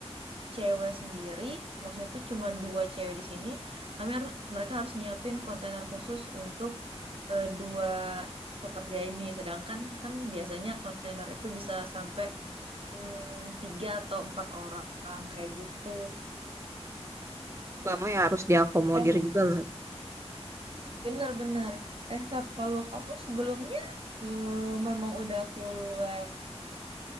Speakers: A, on the right; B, on the right.
A: cewek sendiri, maksudnya tuh cuma dua cewek di sini, kami har- mereka harus nyiapin kontainer khusus untuk eh, dua pekerja ini. Sedangkan kan biasanya kontainer itu bisa sampai hmm, tiga atau empat orang kayak gitu.
B: Kamu ya harus diakomodir
A: Eh,
B: juga lah.
A: bener-bener. Eh, Feb, kalau kamu sebelumnya eh, memang udah full WFH